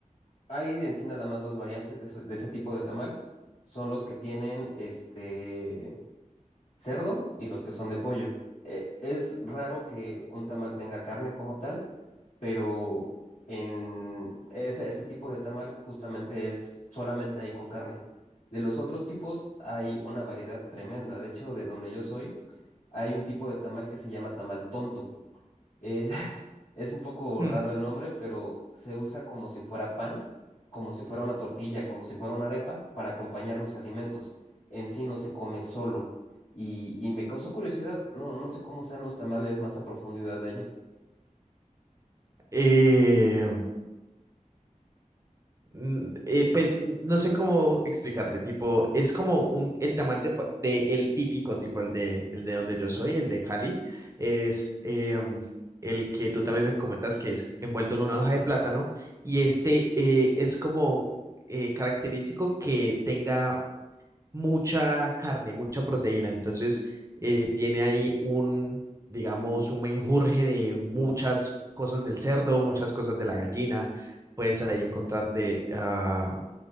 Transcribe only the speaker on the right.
Hmm.
Eh, Mm, eh, pues no sé cómo explicarte, tipo, es como un, el tamal de, pa- de- el típico, tipo, el de, el de donde yo soy, el de Cali, es eh, um, el que tú también me comentas que es envuelto en una hoja de plátano y este eh, es como eh, característico que tenga mucha carne, mucha proteína. Entonces, eh, tiene ahí un, digamos, un menjurje de muchas cosas del cerdo, muchas cosas de la gallina. Puedes ahí encontrarte, ah,